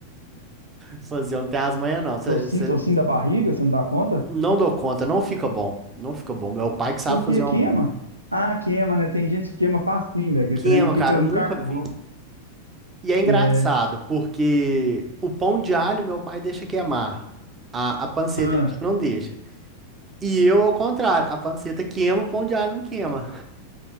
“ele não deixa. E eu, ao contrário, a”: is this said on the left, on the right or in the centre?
Right